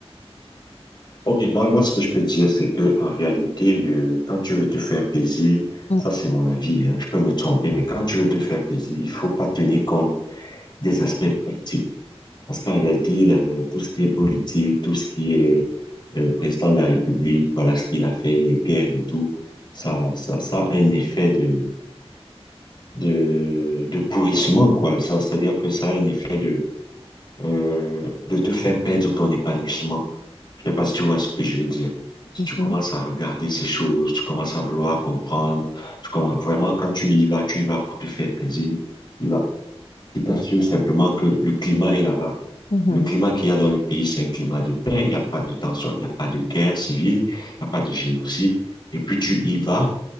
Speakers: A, on the left; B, on the left.
A: Ok, moi, moi, ce que je peux dire, c'est que en réalité, euh, quand tu veux te faire plaisir,
B: Mm,
A: ça c'est mon avis, hein, je peux me tromper, mais quand tu veux te faire plaisir, il faut pas tenir compte des aspects politiques. Parce qu'en réalité, là, euh, tout ce qui est politique, tout ce qui est euh, président de la République, voilà ce qu'il a fait, les guerres et tout, ça, ça, ça a un effet de, de, de pourrissement, quoi. Ça, c'est-à-dire que ça a un effet de, euh, de te faire perdre ton épanouissement. Je ne sais pas si tu vois ce que je veux dire. Si
B: mm,
A: tu commences à regarder ces choses, tu commences à vouloir comprendre, tu commences, vraiment, quand tu y vas, tu y vas pour te faire plaisir, tu y vas. Il t'assure simplement que le climat est là-bas.
B: mhm,
A: Le climat qu'il y a dans le pays, c'est un climat de paix. Il n'y a pas de tension, il n'y a pas de guerre civile, il n'y a pas de génocide. Et puis tu y vas,